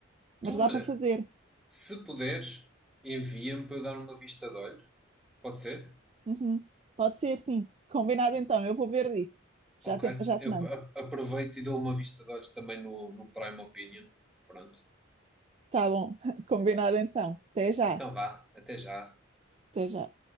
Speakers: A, in the centre; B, on the right (about 30°).
A: Então,
B: Mas dá
A: olha,
B: para fazer.
A: se puderes, envia-me para eu dar uma vista de olhos. Pode ser?
B: Uhum. Pode ser, sim. Combinado então, eu vou ver disso. Já
A: Ok,
B: te, já
A: eu
B: te mando.
A: a- aproveito e dou uma vista de olhos também no, no Prime Opinion. Pronto,
B: Tá bom, <laughs> combinado então. Até já,
A: então vá, até já.
B: até já.